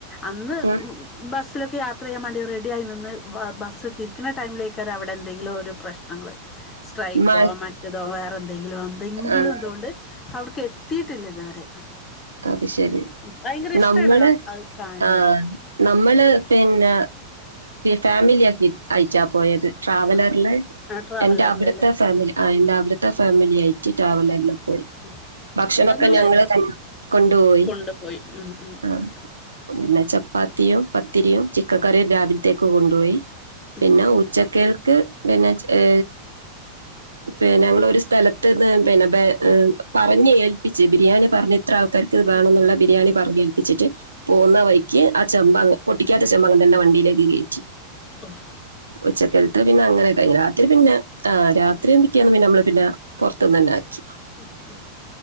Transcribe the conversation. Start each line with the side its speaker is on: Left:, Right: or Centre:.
Left: അന്ന്
Right: ഉം
Left: ഉ ബസ്സിലൊക്കെ യാത്ര ചെയ്യാൻ വേണ്ടി റെഡി ആയി നിന്ന്. ബസ് ടൈമിലേക്ക അവിടെ എന്തെങ്കിലും ഒരു പ്രശ്നങ്ങൾ സ്ട്രൈക്കോ
Right: മ
Left: മറ്റതോ വേറെ എന്തെങ്കിലോ എന്തെങ്കിലും
Right: ആഹ്
Left: എന്തുകൊണ്ട് അവിടക്ക് എത്തിട്ടില്ല ഇതുവരെ
Right: അത് ശരി
Left: ഭയങ്കര ഇഷ്ടാണ്
Right: നമ്മള്
Left: അത് കാണാന്
Right: ആഹ് നമ്മള് പിന്നെ ഫാമിലി ആക്കി അയച്ചാ പോയത് ട്രാവലറില്
Left: ആ ആ ട്രാവലറിലല്ലേ
Right: എന്റെ അവിടുത്തെ ഫാമിലി ആ എന്റെറെ അവിടുത്തെ ഫാമിലി ആയിട്ട് ട്രാവൽ ആ പോയി
Left: ഉം
Right: ഭക്ഷണമൊക്കെ
Left: അവിടെ നല്ല
Right: ഞങ്ങള് തന്നെ കൊണ്ടുപോയി.
Left: കൊണ്ടുപോയി ഉം ഉം
Right: ആഹ്
Left: ഉ
Right: പിന്നെ ചപ്പാത്തിയും പത്തിരിയും ചിക്കൻ കറിയും രാവിലത്തേക്ക് കൊണ്ടുപോയി
Left: ഉം
Right: പിന്നെ ഉച്ചക്കേൾക്ക് പിന്നെ ഏ പിന്നെ ഞങ്ങളൊ ഒരു സ്ഥലത്ത്ന്ന് പിന്നെ പറഞ്ഞഞ് ഏൽപ്പിച്ച് ബിരിയാണി പറഞ്ഞ- ഇത്ര ആൾക്കാർക്ക് ഇത് വേണംമേന്നുള്ള
Left: ഉം ഉം
Right: ബിരിയാണി പറഞ്ഞ് എൽപ്പിച്ചിട്ട്. പോകുന്ന വൈക്ക് ആ ചെമ്പ പൊട്ടിക്കാത്ത ചെമ്പങ്ങ തന്റെ വണ്ടിയിലേക്ക് കയറ്റി.
Left: ഓഹ്
Right: ഉച്ചക്കറത്തോ പിന്നെ അങ്ങനെ കഴി രാത്രി പിന്നെ ആ രാത്രിയും പിറ്റേന്ന് നമ്മള് പിന്നെ പുറത്തു നിന്ന്ന്നെ ആാക്കി
Left: ഉം ഉം